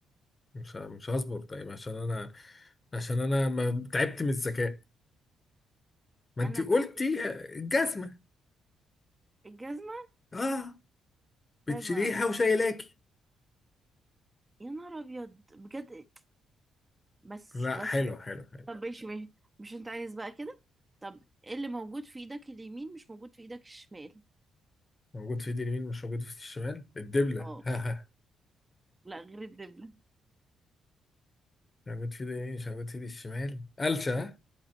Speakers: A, on the left; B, on the right.
A: مش ه- مش هصبر طيب عشان أنا عشان أنا ما تعبت من الذكاء ما أنت
B: انا
A: قلتي
B: بشيل
A: الجزمة
B: الجزمه
A: آه بتشيليها
B: طيب ما- ف...
A: وشايلاكي
B: يا نهار ابيض بجد بس
A: لا
B: بس
A: حلو حلو حلو
B: طب ماشي ماشي مش انت عايز بقى كده طب ايه اللي موجود في ايدك اليمين مش موجود في ايدك الشمال
A: موجود في ايد اليمين مش موجود في الشمال الدبلة
B: اه
A: <laughs> ها ها.
B: لا غير الدبله
A: موجود في ايد اليمين مش موجود في ايد الشمال قلشة
B: امم
A: ها؟